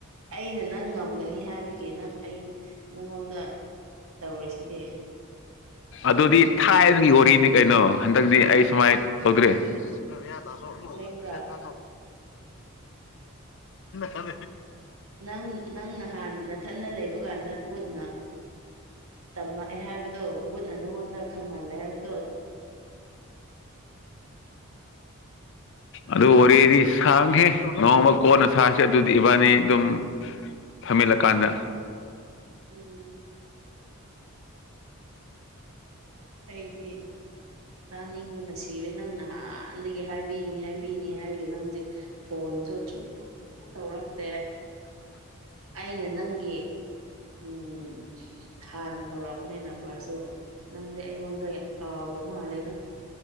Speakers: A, on the right; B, on the left.
A: ꯑꯩꯅ ꯅꯪ ꯉꯝꯒꯅꯤ ꯍꯥꯏꯕꯒꯤ ꯅꯪ ꯑꯩ ꯅꯪꯉꯣꯟꯗ ꯇꯧꯔꯤꯁꯤꯗꯤ
B: ꯑꯗꯨꯗꯤ ꯊꯥꯏꯒꯤ ꯑꯣꯏꯔꯤꯅꯤ ꯀꯩꯅꯣ ꯍꯟꯗꯛꯇꯗꯤ ꯑꯩ ꯁꯨꯃꯥꯏꯅ ꯇꯧꯗ꯭ꯔꯦ ꯁꯥꯂ ꯄ
A: ꯑꯁꯦꯡꯕ꯭ꯔꯥ
B: ꯁꯥꯥ
A: ꯅꯪ ꯅꯪ ꯅꯍꯥꯟꯅ ꯊꯟꯅ ꯂꯩꯕ ꯀꯥꯟꯗ ꯕꯨꯠ ꯅ ꯇꯝꯃꯛꯑꯦ ꯍꯥꯏꯕꯗꯣ ꯕꯨꯠꯅ ꯅꯪꯉꯣꯟꯗ ꯈꯪꯍꯜꯂꯦ ꯍꯥꯏꯕꯗ
B: ꯑꯗ ꯑꯣꯔ ꯑꯦꯗꯤ ꯁꯥꯡꯈꯤ ꯅꯣꯡꯃ ꯀꯣꯟꯅ ꯁꯥꯁꯦ ꯑꯗꯨꯗꯤ ꯏꯕꯥꯅꯤ ꯑꯗꯨꯝ ꯐꯝꯃꯤꯜꯂꯀꯥꯟꯗ
A: ꯎꯝ ꯑꯩꯩꯗꯤ ꯇꯥꯅꯤꯡꯕꯅ ꯁꯤꯔꯦ ꯅꯪ ꯅꯍꯥꯟꯗꯒꯤ ꯍꯥꯏꯕꯤꯅꯤ ꯍꯥꯏꯕꯤꯅꯤ ꯍꯥꯏꯒ ꯅꯪꯗꯤ ꯐꯣꯟꯁꯨ ꯑꯁꯨꯝ ꯇꯧꯔꯛꯇꯦ ꯑꯩꯅ ꯅꯪꯒꯤ ꯎꯝ ꯍꯥꯟꯅ ꯇꯧꯔꯛꯄꯅꯦ ꯅꯝꯕꯔꯁꯨ ꯅꯪꯗꯤ ꯑꯩꯉꯣꯟꯗ ꯌꯥꯝ ꯀꯥꯎꯈ꯭ꯔ ꯃꯥꯜꯂꯦꯗ